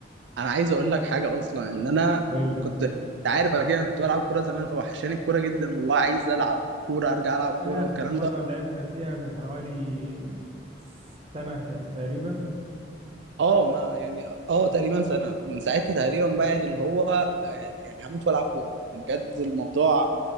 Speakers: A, on the right; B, on the right.
A: انا عايز اقول لك حاجه اصلا ان انا
B: قول لي
A: كنت انت عارف انا كده أنا كنت بلعب كوره زمان فوحشاني الكوره جدا والله عايز العب كوره ارجع العب كوره
B: آخر
A: والكلام
B: مرة
A: ده
B: لعبنا فيها من حوالي سنة ت- تقريبا
A: اه ما يعني اه تقريبا سنة من ساعتها تقريبا بقى يعني اللي هو آه، يعني هموت والعب كورة بجد الموضوع